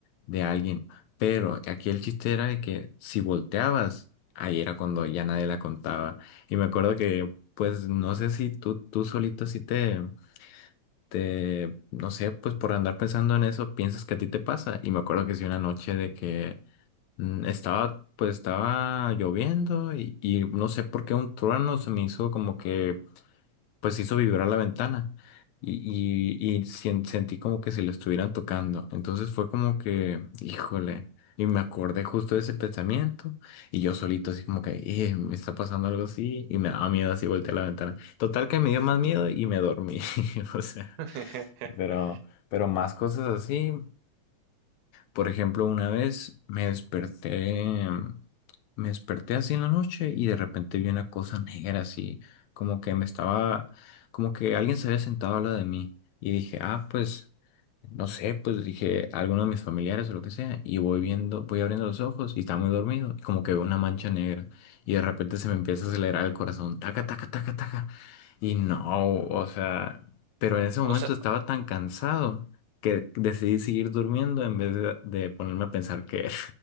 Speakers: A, on the left; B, on the right.
A: de alguien. Pero aquí el chiste era de que si volteabas, ahí era cuando ya nadie la contaba. Y me acuerdo que, pues, no sé si tú, tú solito así te... Te, no sé, pues por andar pensando en eso, piensas que a ti te pasa. Y me acuerdo que sí, una noche de que Mm, Estaba, pues estaba lloviendo y, y no sé por qué un trueno se me hizo como que, pues hizo vibrar la ventana y, y, y sien- sentí como que si lo estuvieran tocando. Entonces fue como que, híjole, y me acordé justo de ese pensamiento y yo solito así como que, "Eh, me está pasando algo así y me daba miedo así volteé a la ventana. Total que me dio más miedo y me dormí, <laughs> o sea,
B: <laughs>
A: pero, pero más cosas así. Por ejemplo, una vez me desperté, em, me desperté así en la noche y de repente vi una cosa negra así, como que me estaba, como que alguien se había sentado al lado de mí y dije, ah, pues, no sé, pues dije, alguno de mis familiares o lo que sea, y voy viendo, voy abriendo los ojos y estaba muy dormido y como que veo una mancha negra y de repente se me empieza a acelerar el corazón, taca, taca, taca, taca, y no, o sea, pero en ese momento
B: O sea,
A: estaba tan cansado que decidí seguir durmiendo en vez de, de ponerme a pensar qué era.